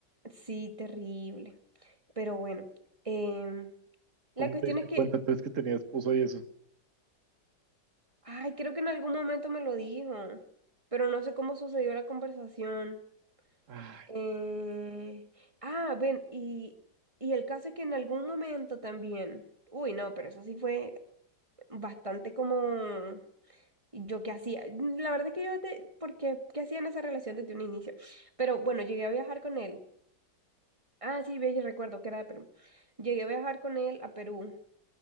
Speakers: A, on the right (about 15°); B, on the right (about 45°).
A: Sí, terrible. Pero bueno, em, la
B: ¿Cómo
A: cuestión
B: te diste
A: es que,
B: cuenta entonces que tenía esposa y eso?
A: ay, creo que en algún momento me lo dijo, pero no sé cómo sucedió la conversación.
B: Ay,
A: Eh, ah, ven, y, y el caso es que en algún momento también, uy, no, pero eso sí fue bastante como, ¿y yo qué hacía? Mm, La verdad es que yo, de, porque, ¿qué hacía en esa relación desde un inicio? Pero bueno, llegué a viajar con él. Ah, sí, ve, yo recuerdo que era de Perú. Llegué a viajar con él a Perú